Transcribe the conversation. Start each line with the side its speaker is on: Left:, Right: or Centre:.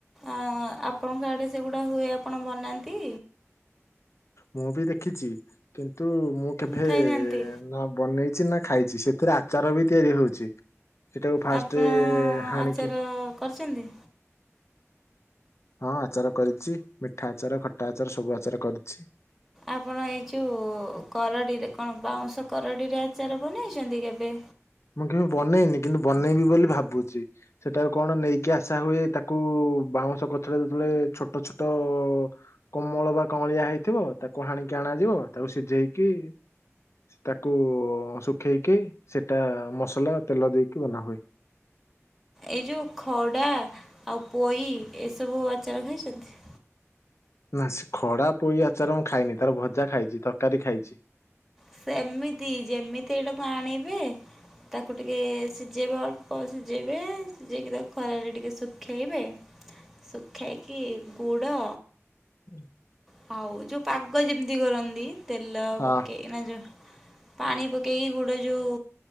Centre: ଆ ଆପ୍ ଆପଣଙ୍କ ଆଡ଼େ ସେଗୁଡ଼ା ହୁଏ ଆପଣ ବନାନ୍ତି?
Left: ମୁଁ ବି ଦେଖିଛି କିନ୍ତୁ ମୁଁ କେଭେ
Centre: ଖାଇନାହାନ୍ତି?
Left: ନା ବନେଇଛି ନା ଖାଇଛି ସେଥିରେ ଆଚାର ବି ତିଆରି ହଉଛି। ସେଟାକୁ ଫାଷ୍ଟ
Centre: ଆପଣ
Left: ହାଣିକି
Centre: ଆଚାର କରିଛନ୍ତି?
Left: ହଁ, ଆଚାର କରିଛି, ମିଠା ଆଚାର, ଖଟା ଆଚାର ସବୁ ଆଚାର କରିଛି।
Centre: ଆପଣ ଏଇ ଯେଉଁ କରଡ଼ିରେ କଣ ବାଉଁଶ କରଡ଼ିରେ ଆଚାର ବନେଇଛନ୍ତି କେବେ?
Left: ମୁଁ କେବେ ବନେଇନି କିନ୍ତୁ ବନେଇବି ବୋଲି ଭାବୁଛି, ସେଟା କୁ କଣ ନେଇକି ଆଶା ହୁଏ, ତା ତା କୁ ବାଉଁଶ କଛରେ ଯେତଳେ ଛୋଟ ଛୋଟ କୋମଳ ବା କଁଳିଆ ହେଇଥିବ, ତାକୁ ହାଣିକି ଆଣାଯିବ ତାକୁ ସିଝେଇକି ତାକୁ ଶୁଖେଇକି ସେଟା ମସଲା ତେଲ ଦେଇକି ବନାହୁୁଏ।
Centre: ଏଇ ଯଉ ଖଡ଼ା, ଆଉ ପୋଇ ଏସବୁ ଆଚାର ଖାଇଛନ୍ତି?
Left: ନା ସେ ଖଡା ପୋଇ ଆଚାର ମୁଁ ଖାଇନି ତାର ଭଜା ଖାଇଛି, ତରକାରୀ ଖାଇଛି।
Centre: ସେମିତି ଯେମିତି ଏଇଟାକୁ ଆଣିବେ ତାକୁ ଟିକେ ସି ସି ଯେଇବେ ଅଳ୍ପ ସିଝେଇବେ ସିଝେଇକି ତାକୁ ଖରାରେ ଟିକେ ଶୁଖେଇବେ, ସୁକ ଖେଇକି ପୁଡ଼
Left: <inaudible>
Centre: ହଉ ଯୋଉ ପାଗ ଯେମିତି କରନ୍ତି ତେଲ
Left: ହଁ।
Centre: ପକେଇ ନା ଯୋଉ ପାଣି ପକେଇକି ଗୁଡ଼ ଯୋଉ